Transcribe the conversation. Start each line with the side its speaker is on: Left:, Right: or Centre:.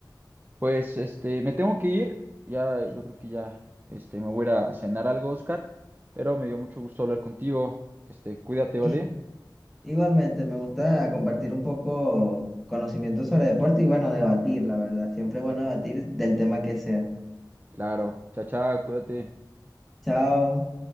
Right: Pues, este, me tengo que ir, ya, yo creo que ya, este, me voy a ir a cenar algo, Oscar, pero me dio mucho gusto hablar contigo, este, cuídate, ¿vale?
Centre: Y- Igualmente, me gusta compartir un poco conocimiento sobre deporte y bueno, debatir, la verdad. Siempre es bueno debatir del tema que sea.
Right: Claro, chao, chao, cuídate.
Centre: Chao.